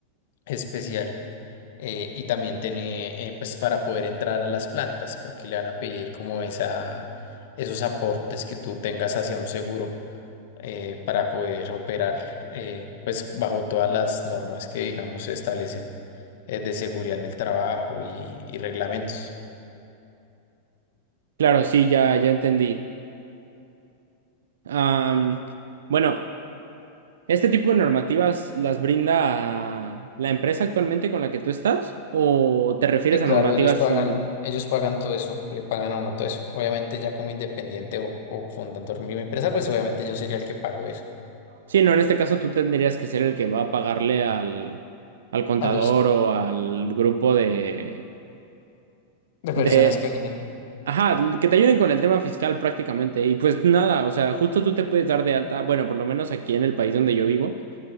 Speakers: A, on the left (about 55°); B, on the right (about 60°).
A: especial. eh, y también tener, eh, pues para poder entrar a las plantas, porque le van a pedir como esa, esos aportes que tú tengas hacia un seguro eh, para poder operar eh, pues bajo todas las normas que digamos se establecen eh, de seguridad en el trabajo y, y reglamentos.
B: Claro, sí, ya, ya entendí. Am, bueno. ¿Este tipo de normativas las brinda la empresa actualmente con la que tú estás? ¿O te refieres
A: Sí,
B: a
A: claro,
B: normativas
A: ellos pagan,
B: sin...
A: ellos pagan todo eso, le pagan a uno todo eso. Obviamente ya como independiente o, o fundando mi empresa, pues obviamente yo sería el que pago eso
B: Sí, no, en este caso tú tendrías que ser el que va a pagarle al, al contador
A: a los
B: o al grupo de,
A: de personas
B: de...
A: que hayan ahí.
B: Ajá, que te ayuden con el tema fiscal prácticamente. Y pues nada, o sea, justo tú te puedes dar de alta, bueno, por lo menos aquí en el país donde yo vivo,